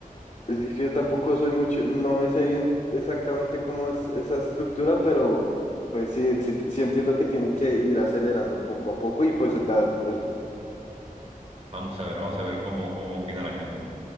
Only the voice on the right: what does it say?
Vamos a ver, vamos a ver cómo, cómo opina la gente.